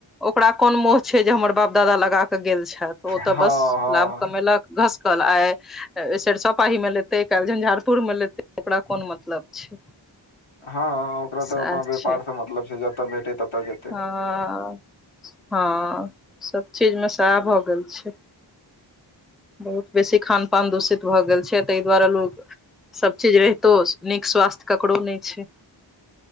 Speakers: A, in the centre; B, on the left (about 85°).
A: ओकरा कोन मोह छै जे हमर बाप दादा लगा कऽ गेल छेऽल ओ
B: हँ
A: तऽ बस
B: हँ
A: लाभ कमेलक घसकल आय सरिसव पाहीमे लेतै काल्हि झंझारपुरमे लेतै ओकरा कोन मतलब छै
B: हँ ओकरा
A: सएह
B: तऽ अपना व्यापारसँ
A: छै
B: मतलब छै जतय भेटै ततय जेतै
A: हँ हँ सब चीज मे सएह भऽ गेल छै बहुत बेसी खान पान दूषित भऽ गेल छै तैय दुआरे लोग सब चीज रहितो नीक स्वास्थ्य ककरो नैय छैय